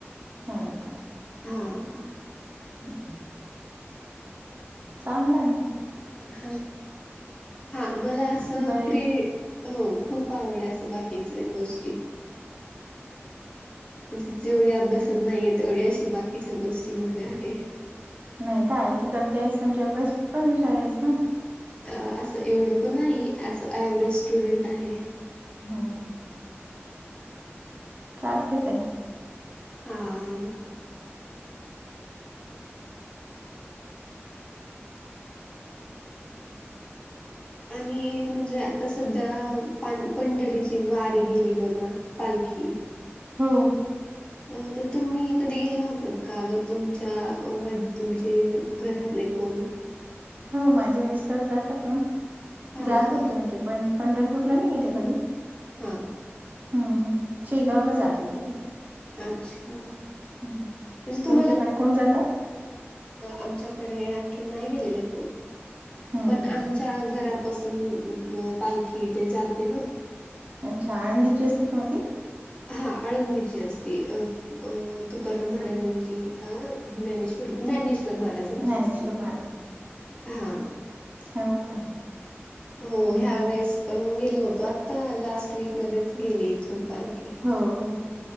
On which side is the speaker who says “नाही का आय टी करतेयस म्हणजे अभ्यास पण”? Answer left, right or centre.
Right